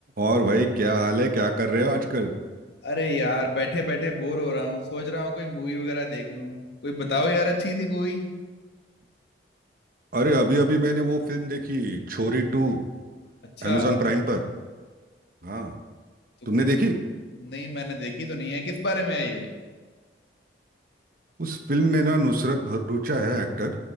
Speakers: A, on the right (about 50°); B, on the left (about 65°).
A: और भाई क्या हाल है क्या कर रहे हो आजकल
B: अरे यार बैठे बैठे बोर हो रहा हूँ सोच रहा हूँ कोई मूवी वगैरह देख लूँ कोई बताओ यार अच्छी सी मूवी
A: अरे अभी अभी मैंने वो फिल्म देखी छोरी टू
B: अच्छा
A: amazon प्राइम पर हाँ
B: तो
A: तुमने
B: किस
A: देखी
B: नहीं मैंने देखी तो नहीं है किस बारे में है ये
A: उस फिल्म में ना नुसरत भरूचा है एक्टर